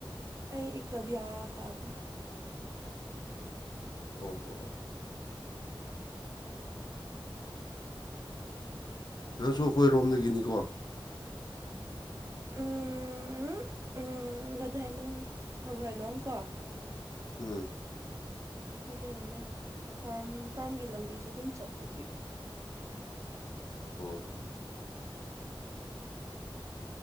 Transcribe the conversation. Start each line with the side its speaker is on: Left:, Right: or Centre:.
Right: ꯑꯩ ꯏꯀꯂ꯭ꯕꯌ꯭ꯥ ꯀꯥꯕꯅꯦ
Left: ꯑꯣ ꯑꯣ ꯑꯣ ꯅꯪꯁꯨ ꯑꯩꯈꯣꯏꯔꯣꯝꯗꯒꯤꯅꯤꯀꯣ
Right: ꯎꯝ ꯎꯝ ꯒꯙꯥꯏꯂꯣꯡ ꯊꯒꯥꯏꯂꯣꯡ ꯀꯣ
Left: ꯎꯝ
Right: ꯁꯤꯗꯦꯅꯦ ꯐꯥꯔꯝ ꯐꯥꯔꯝꯒꯤ ꯂꯝꯕꯤꯁꯨ ꯑꯗꯨꯝ ꯆꯠꯄꯒꯤ
Left: ꯑꯣ
Right: <inaudible>